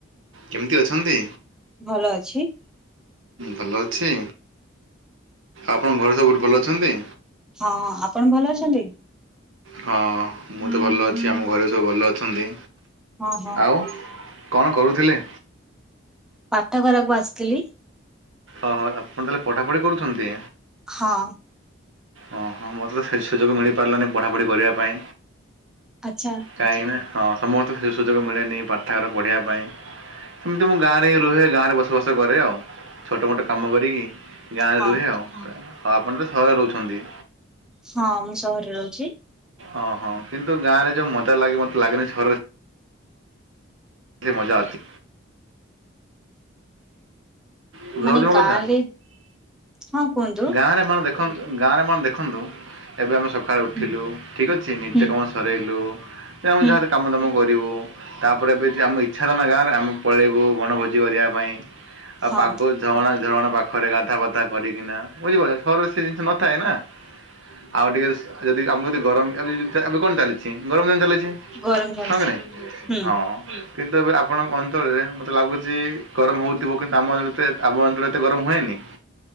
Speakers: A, on the right (about 85°); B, in the centre.
A: କେମିତି ଅଛନ୍ତି?
B: ଭଲ ଅଛି।
A: ଭଲ ଅଛି ଆପଣଙ୍କ ଘରେ ସବୁଠୁ ଭଲ ଅଛନ୍ତି।
B: ହଁ ଆପଣ ଭଲ ଅଛନ୍ତି?
A: ହଁ ମୁଁ <inaudible> ତ ଭଲ ଅଛି ଆମ ଘରେ ସବୁ ଭଲ ଅଛନ୍ତି।
B: ହଁ ହଁ
A: ଆଉ କଣ କରୁଥିଲେ?
B: ପାଠ ଘରାକୁ ଆସିଥିଲି।
A: ଓହୋ ଆପଣ ତାହେଲେ ପଡ଼ାପଡ଼ି କରୁଛନ୍ତି।
B: ହଁ
A: ଓଁ ହଁ ମୋତେ ତ ସେ ସୁଯୋଗ ମିଳିପାରିଲାନି ପଢ଼ାପଢ଼ି କରିବା ପାଇଁ
B: ଆଚ୍ଛା
A: କାହିଁକ ନା ହଁ ସମସ୍ତେ ସୁଯୋଗ ମିଳେନି ପାଠଘାର ପଢ଼ିବା ପାଇଁ। ସେମିତି ମୁଁ ଗାଁର ରୁହେ ଗାଁ ରେ ବସବାସ କରେ ଆଉ। ଛୋଟ ମୋଟ କାମ କରିକି ଗାଁରେ
B: ହଁ
A: ରୁହେ ଆଉ, ଆଉ ଆପଣ ତ ସହରରେ ରହୁଛନ୍ତି।
B: ହଁ ମୁଁ ସହରରେ ରହୁଛି।
A: ଓହୋ କିନ୍ତୁ ଗାଁ ରେ ଯୋଉ ମଜା ଲାଗେ ମତେ ଲାଗେନି ସହରରେ ସେଇ ମଜା ଅଛି। ଶୁଣା
B: ମାନେ
A: ଯାଉଛି ମୋ
B: ଗାଁ
A: କଥା?
B: ରେ ହଁ କୁହନ୍ତୁ।
A: ଗାଁ ରେ ମାନେ ଦେଖନ୍ତୁ ଗାଁରେ ମାନେ ଦେଖନ୍ତୁ, ଏବେ ଆମେ ସ ସକାଳୁ ଉଠିଲୁ
B: ହୁଁ
A: ଠିକ୍ ଅଛି ନିତ୍ୟକର୍ମ
B: ହୁଁ
A: ସରେଇଲୁ ଯେ ଆମେ
B: ହୁଁ
A: ଯାହା କାମ ଦାମ କରିବୁ। ତାପରେ ବି ଯଦି ଆମ ଇଚ୍ଛା ହେଲା ନା ଗାଁରେ ଆମେ ପଳେଇବୁ ବଣଭୋଜି କରିବା ପାଇଁ।
B: ହଁ
A: ପାଗ ଜଣା ଝରଣା ପାଖରେ ଗାଧା ପାଧା କରିକିନା ବୁଝି ପାରୁଚ ସହରରେ ସେ ଜିନିଷ ନଥାଏ ନା। ଆଉ ଟିକେ ଯଦି ଆମ ଯଦି ଗରମ <unintelligible> ଏବେ କଣ ଚାଲିଛି ଗରମ ଦିନ ଚାଲି ଛି
B: ଗରମ ଚାଲିଛି
A: ହଁ କି ନାଇଁ,
B: ହୁଁ
A: ହଁ। କିନ୍ତୁ ଏବେ ଆପଣଙ୍କ ଅଞ୍ଚଳରେ ମତେ ଲାଗୁଚି ଗରମ ହଉଥିବ। କିନ୍ତୁ ଆମ ଅଞ୍ଚଳ ଆମ ଅଞ୍ଚଳରେ ଏତେ ଗରମ ହୁଏନି